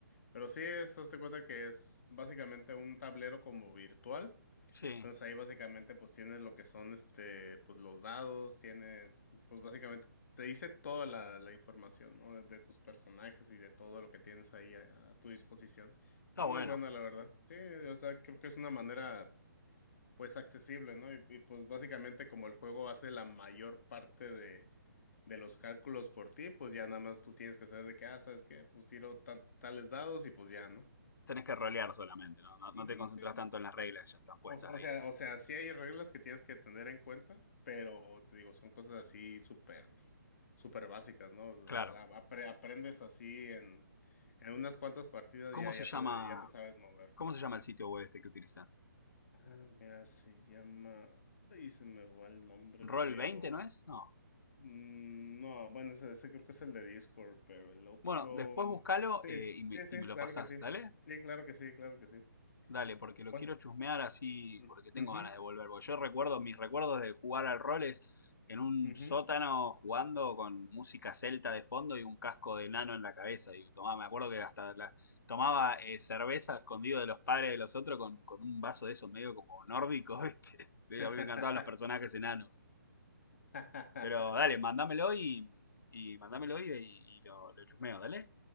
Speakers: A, on the left (about 45°); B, on the left (about 70°).
A: pero sí es, hazte cuenta que es básicamente un tablero como virtual.
B: sí.
A: Entonces ahí básicamente pues tienes lo que son este pues los dados, tienes pues básicamente te dice toda la, la información, ¿no? De, de tus personajes y de todo lo que tienes ahí a, a tu disposición. Está
B: Está bueno.
A: muy bueno, la verdad. Sí, o sea, creo que es una manera pues accesible, ¿no? Y, y, pues básicamente como el juego hace la mayor parte de, de los cálculos por ti, pues ya nada más tú tienes que saber de qué, ah, ¿sabes qué? Pues tiro tan- tales dados y pues ya, ¿no?
B: Tenés que rolear solamente, ¿no? No, no
A: Ujú,
B: te concentras
A: sí,
B: tanto en las reglas, ya están puestas
A: O, o
B: ahí.
A: sea, o sea, sí hay reglas que tienes que tener en cuenta, pero te digo, son cosas así súper, súper básicas, ¿no?
B: Claro.
A: A la- apre- aprendes así en, en unas cuantas partidas
B: ¿Cómo
A: ya,
B: se
A: ya
B: llama,
A: te, ya te sabes mover.
B: cómo se llama el sitio web este que utilizan?
A: Ah, mira, se llama. Ay, se me va el nombre,
B: ¿Roll
A: pero.
B: 20, no es? No.
A: mm, No, bueno, ese, ese creo que es el de Discord, pero el otro.
B: Bueno, después
A: mm,
B: buscalo
A: Sí,
B: eh,
A: sí,
B: y, me,
A: sí, sí,
B: y me lo
A: claro
B: pasás,
A: que sí.
B: ¿dale?
A: Sí, claro que sí, claro que sí.
B: Dale, porque lo
A: Bueno.
B: quiero chusmear así,
A: <laughs>
B: porque tengo
A: ujú,
B: ganas de volver. Porque yo recuerdo, mis recuerdos de jugar al rol es en un
A: ujú.
B: sótano jugando con música celta de fondo y un casco de nano en la cabeza. Y tomaba, me acuerdo que hasta la- tomaba eh, cerveza escondido de los padres de los otros con, con un vaso de esos medio como nórdico, ¿viste? <laughs>
A: <laughs>
B: A mí me encantaban los personajes enanos.
A: <laughs>
B: Pero dale, mándamelo y, y mándamelo y, y lo, lo chusmeo, dale.